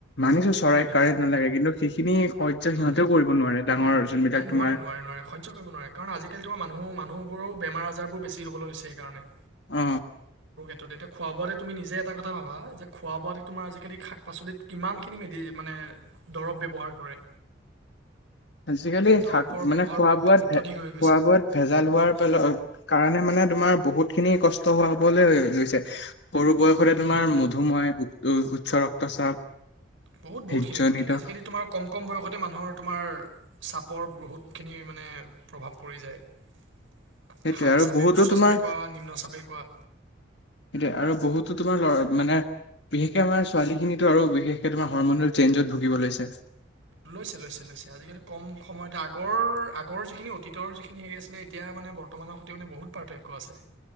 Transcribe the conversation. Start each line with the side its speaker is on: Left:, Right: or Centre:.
Left: মানিছো চৰাই
Right: সেইটোৱে
Left: কাৰেণ্ট নালাগে কিন্তু সেইখিনি সহ্য
Right: উম
Left: সিহঁতেও কৰিব নোৱাৰে ডাঙৰ যোনবিলাক
Right: নাই নোৱাৰে
Left: তোমাৰ
Right: নোৱাৰে নোৱাৰে সহ্য। কৰিব নোৱাৰে কাৰণ আজিকালিটো মানুহ মানুহবোৰৰ বেমাৰ আজাৰ বেছি হ'ব লৈছে সেইকাৰণে
Left: অ,
Right: ত' তেতিয়া খোৱা বোৱাতে তুমি নিজে এটা কথা ভাবা যে, খোৱা বোৱাতে তোমাৰ আজিকালি শাক পাচলিত কিমানখিনি মেডি মানে <unintelligible> দৰৱ ব্যৱহাৰ কৰে।
Left: আজিকালি
Right: দৰৱৰ
Left: শাক
Right: ব্যৱহাৰো
Left: মানে খোৱা
Right: অত-
Left: বোৱাত
Right: অত্যাধিক
Left: ভে
Right: হৈ গৈছে
Left: খোৱা বোৱাত ভেজাল হোৱাৰ কাৰণে মানে। তোমাৰ বহুত খিনি কষ্ট হ'বলৈ লৈছে। সৰু বয়সতে
Right: উম,
Left: তোমাৰ মধুময় উ উচ্চ ৰক্তচাপ
Right: বহুত-বহুত
Left: হৃদজনিত
Right: খিনি বহুত খিন আজিকালি তোমাৰ কম কম বয়তে মানুহৰ তোমাৰ চাপৰ বহুত মানে প্ৰভাৱ পৰি যায়।
Left: সেইটোৱে
Right: হাই
Left: আৰু
Right: চাপে
Left: বহুতো
Right: উচ্চ
Left: তোমাৰ
Right: চাপে কোৱা, নিম্ন চাপে কোৱা।
Left: সেইটোৱে আৰু বহুতো তোমাৰ লৰা মানে বিশেষকে আমাৰ ছোৱালীখিনিতো আৰু বিশেষকে তোমাৰ হৰমনেল চেঞ্জত ভূগিব লৈছে।
Right: লৈছে-লৈছে-লৈছে আজিকালি কম সময়তে আগৰ-আগৰ যিখিনি অতীতৰ যিখিনি হেৰি আছিলে। এতিয়া মানে বৰ্তমানৰ সৈতে মানে বহুত পাৰ্থক্য আছে।